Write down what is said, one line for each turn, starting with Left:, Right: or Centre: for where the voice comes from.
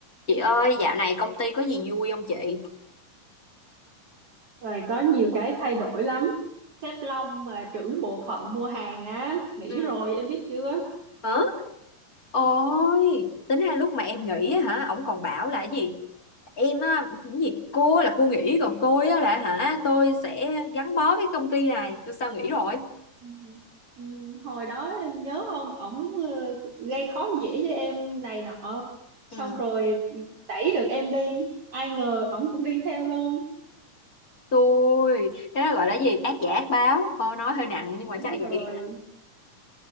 Left: Chị ơi, dạo này công ty có gì vui không chị?
Right: rồi có nhiều cái thay đổi lắm sếp Long mà trưởng bộ phận mua hàng á nghỉ
Left: Ừ.
Right: rồi em biết chưa
Left: Hả? Ôi, tính ra lúc mà em nghỉ á hả, ổng còn bảo là cái gì? Em á, cái gì? Cô là cô nghỉ, còn tôi á là hả, tôi sẽ gắn bó với công ty này. Tôi sao nghỉ rồi?
Right: Ừ. ừ, hồi đó em nhớ không ổng ờ, gây khó dễ cho em này nọ xong
Left: Ừ,
Right: rồi đẩy được em đi ai ngờ ổng cũng đi theo luôn
Left: tôi, cái đó gọi là gì? Ác giả ác báo. Thôi nói hơi nặng nhưng mà
Right: Đúng
Left: chắc là
Right: rồi.
Left: vậy.